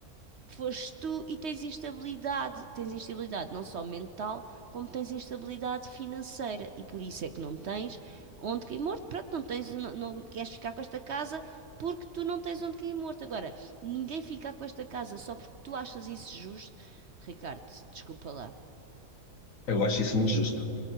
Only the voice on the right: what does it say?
Foste tu e tens instabilidade. Tens instabilidade não só mental, como tens instabilidade financeira. E por isso é que não tens onde cair morto. Pronto, não tens, não, não queres ficar com esta casa porque tu não tens onde cair morto. Agora, ninguém fica com esta casa só porque tu achas isso justo. Ricardo, desculpa lá.